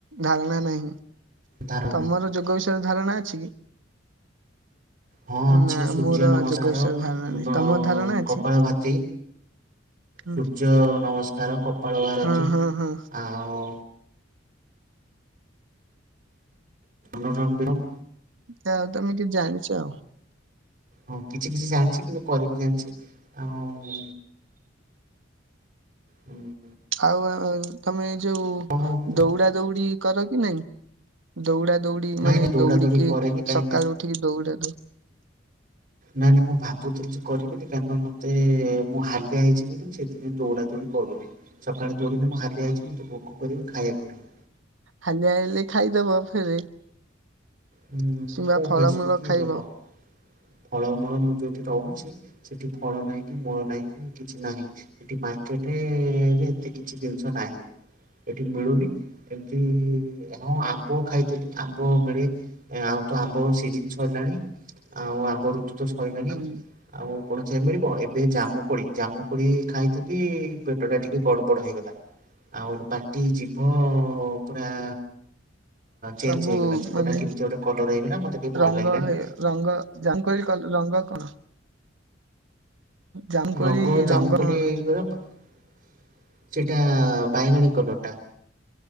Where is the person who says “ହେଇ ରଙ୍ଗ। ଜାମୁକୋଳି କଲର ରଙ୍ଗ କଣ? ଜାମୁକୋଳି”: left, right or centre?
Right